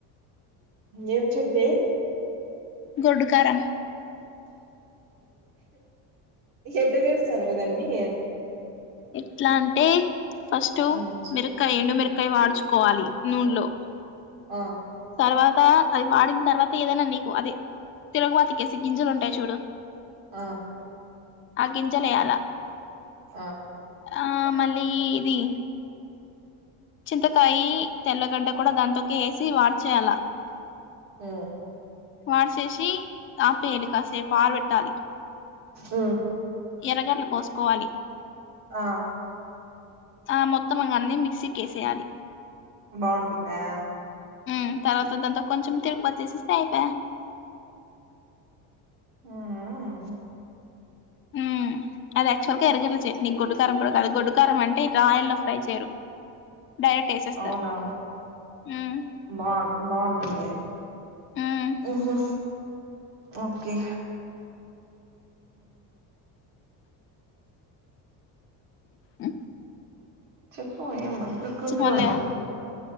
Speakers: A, on the right; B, on the left.
A: ఏం చట్నీ
B: గొడ్డుకారం
A: ఎట్ట చేస్తారు మీ రన్నీ
B: ఎట్లా అంటే ఫస్టూ
A: మ్మ్
B: మిరుక్కాయ్ ఎండు మెరుకా కై వాడ్చుకోవాలి నూన్లో
A: హా
B: తర్వాతా అది వాడిన్ తర్వాత ఏదైనా నీకు అది తిరుగుబాతికేసి గింజల్ ఉంటాయ్ చూడూ
A: ఆ
B: ఆ గింజల ఎయ్యాల
A: ఆ
B: ఆ మళ్ళీ ఇది చింతకాయీ తెల్లగడ్డ కూడా దాంతోకి ఏసి వా చాలా
A: మ్
B: వార్స్ షీ ఆపేలి కాసే పార్ వెెట్టాలీ
A: ఊ
B: ఎర్రగడ్లు కోస్కోవాలి
A: ఆ
B: ఆ మొత్తం అన్నీ మిక్సీ కేసేయాలి
A: బాగుంటుందా
B: మ్ తర్వాత దాంతొ కొంచెం తిరుమత వేసేస్తే అయిపోయ్
A: మ్ మ్
B: మ్ అది ఆక్చువల్ క ఎర్రగడ్డ చెల్ నీకు గొడ్డు కారం కూడా కాదు గొడ్డు కారం అంటే ఇలా ఆయిల్లో ఫ్రై చేయరు డైరెక్ట్ ఏసేస్తారు
A: అవునా
B: మ్
A: బాగు బాగుంటుంది
B: మ్
A: మ్మ్ హు ఓకే
B: ఆ
A: చెప్పు ఏం కుక్కు
B: మళ్ళీ
A: అన్నా